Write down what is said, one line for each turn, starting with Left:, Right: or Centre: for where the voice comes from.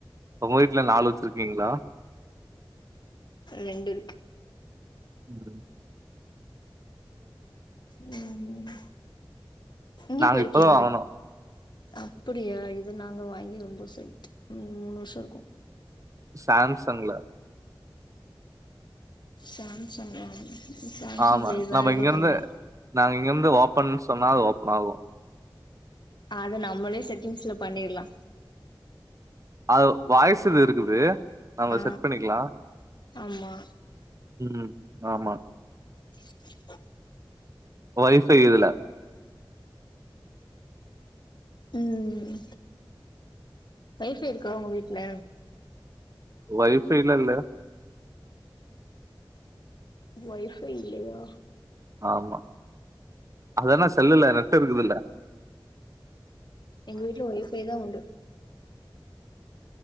Right: உங்க வீட்ல நாலு வச்சிருக்கீங்களா
Left: ரெண்டு இருக்கு
Right: ம்
Left: ம் இங்கி
Right: நாங்க
Left: போயிருகிங்களா
Right: இப்பதா வாங்குனோ
Left: அப்பிடியா இது நாங்க வாங்கி ரொம்ப சல்ட்டு மூணு வருசோ இருக்கு
Right: சாம் சங்ல
Left: சாம் சங்கா இ சாம்சங்
Right: ஆமா
Left: இல்ல இது
Right: நம்ம
Left: வேற ஏதோ
Right: இங்கருந்து
Left: கம்பேனி
Right: நாங்க இங்கருந்து ஓப்பன் சொன்னா அது ஓபன் ஆகு
Left: அது நம்மளே செடிங்ஸ்ல பண்ணிரலா
Right: அது வாய்சுது இருக்குது நாம
Left: ஆ
Right: செட் பண்ணிகலா
Left: ஆமா
Right: ம் ஆமா
Left: <unintelligible>
Right: வைஃபை இதுல
Left: ம் வைஃபை இருக்க உங்க வீட்டுல
Right: வைஃபல்லா இல்ல
Left: வைஃபை இல்லயா
Right: ஆமா அதான்னா செல்லுல நெட்டு இருக்குதுல
Left: எங்க வீட்டல வைஃபை உண்டு